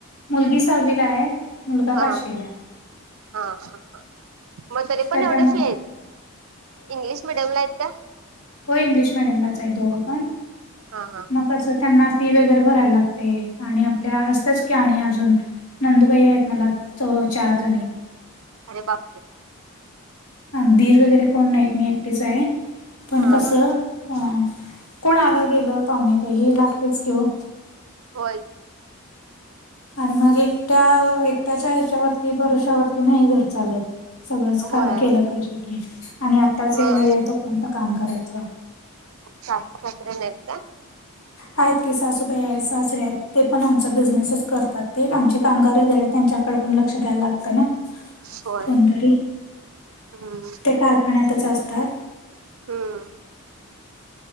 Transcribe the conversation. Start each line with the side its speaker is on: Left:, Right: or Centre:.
Left: मुलगी सहावीला आहे. मुलगा
Right: हा
Left: पाचवीला आहे
Right: हा ह मग तरी पण
Left: त्याच्यामुळे
Right: एवढे फी आहेत. इंग्लिश मिडियम ला आहेत का?
Left: हो इंग्लिश मिडियम लाच आहे दोघं पण
Right: हा हा
Left: कस त्यांना फी वगैरे भरायला लागते आणि आपल्या असतच आणि अजून नंदुबाई आहेत मला च चार जणी
Right: अरे बापरे
Left: ह दीर वगैरे कोण नाहीत मी एकटीच आहे पण
Right: हा
Left: कसं
Right: हा
Left: हा कोण आलं गेलं पाहुणे पैकी हे लागतेच किं
Right: होय.
Left: आणि मग एकट्या एकट्याच्या ह्याच्यावरती भरोश्यावरती नाही घर चालत सगळंच का
Right: होय
Left: केलं पाहिजे की आणि आत्ताच
Right: मग
Left: हे वय आहे तो कोणत काम करायचं.
Right: सासू सासरे नाहीत का?
Left: आहेत की सासूबाई आहेत सासरे आहेत ते पण आमचा बिझनेसच करतात ते आमचे कामगार आहेत. त्यांच्याकडे पण लक्ष द्यायला लागतं ना,
Right: होय
Left: कोणतरी
Right: हम्म
Left: ते कारखान्यातच असतात.
Right: हम्म.